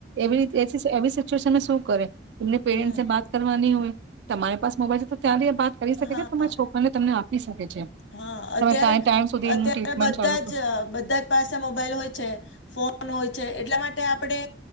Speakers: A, on the right (about 70°); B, on the left (about 85°).
A: એવી એસી એવી સિચ્યુએશન નું સુ કર તમને પેરન્ટસે
B: હમ
A: બાત કરવાની હોય તમારી પાસે મોબાઈલ છે, તો ત્યા્યારે વાત કરી શકે
B: હા
A: છે, તમારા છોકરીને તમને આપ આપી શકે છે.
B: હા અત્યારે
A: તમે ટાઈમ સુધી
B: અત્યારે
A: એમનું ટ્રીટમેન્ટ
B: બધા
A: ચાલુ કરો
B: જ બધા જ પાસે મોબાઈલ હોય છે, ફોન હોય એટલા માટે આપણે